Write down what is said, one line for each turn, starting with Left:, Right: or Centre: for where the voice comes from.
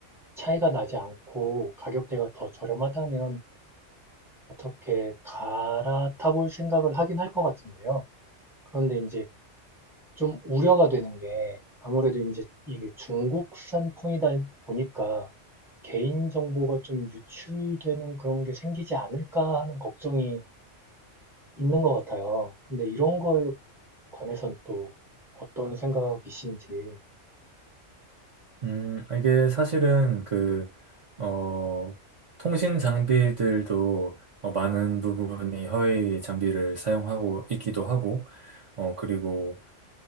Centre: 차이가 나지 않고 가격대가 더 저렴하다면 어떻게 갈아타볼 생각을 하긴 할 것 같은데요. 그런데 이제 좀 우려가 되는 게 아무래도 이제 이게 중국산 폰이다 보니까 개인정보가 좀 유출되는 그런 게 생기지 않을까 하는 걱정이 있는 것 같아요. 근데 이런 거에 관해서또 어떤 생각이신지,
Right: 음, 아, 이게 사실은 그, 어, 통신 장비들도 어, 많은 부분이 허위 장비를 사용하고 있기도 하고, 어, 그리고